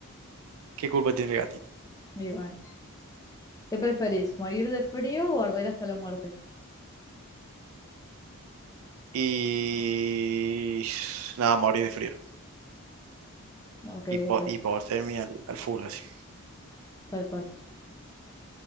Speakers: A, on the right; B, on the left.
A: ¿Qué culpa tiene el gatito?
B: Y bueno. ¿Qué preferís? ¿Morir de frío o arder hasta la muerte?
A: Y... Nada, morir de frío.
B: Ok,
A: Hipo-
B: ok,
A: hipotermia al, al full, así.
B: tal cual.